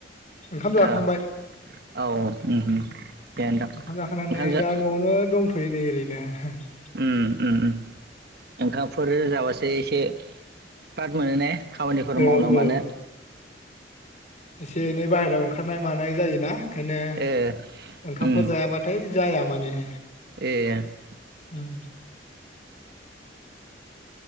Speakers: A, on the left; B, on the right.
A: ओंखाम जाखांबाय
B: ओ औ औ उम थिगानो दं
A: ओंखाम जाखानानै
B: ओंखाम जा
A: दा न'आवनो दंथ'यो नै ओरैनो <unintelligible>
B: उम उम ओंखामफोर जाबासो एसे फ्राद मोनो ने खामानिफोर
A: औ
B: मावनो
A: औ
B: मानो
A: एसे एनै बाहेरायाव ओंखारनाय मानाय जायोना बेखायनो
B: ए
A: ओंखामफोर
B: उम
A: जायाबाथाय जाया माने
B: ए
A: ओम